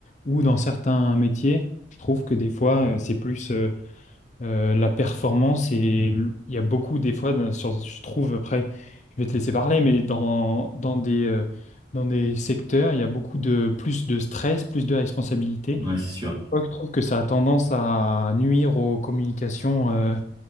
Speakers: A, on the left; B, on the right.
A: ou dans certains métiers, je trouve que des fois, euh, c'est plus. euh, euh, la performance et l- il y a beaucoup des fois dans- sur- je trouve après je vais te laisser parler mais dans dans des euh, dans des secteurs il y a beaucoup de plus de stress plus de responsabilité
B: Ouais, c'est sûr.
A: et des fois, je trouve que ça a tendance à nuire aux communications euh,